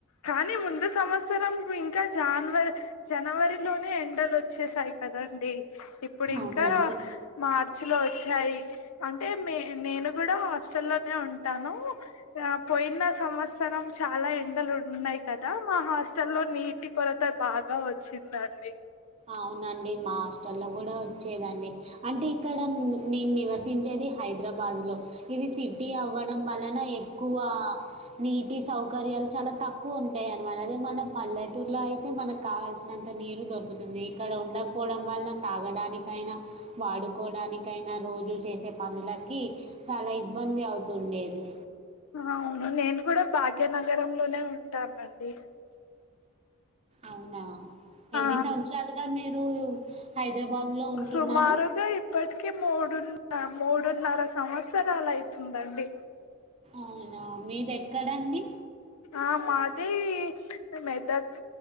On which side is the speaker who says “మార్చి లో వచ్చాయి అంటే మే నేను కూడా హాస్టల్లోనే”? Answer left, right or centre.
Left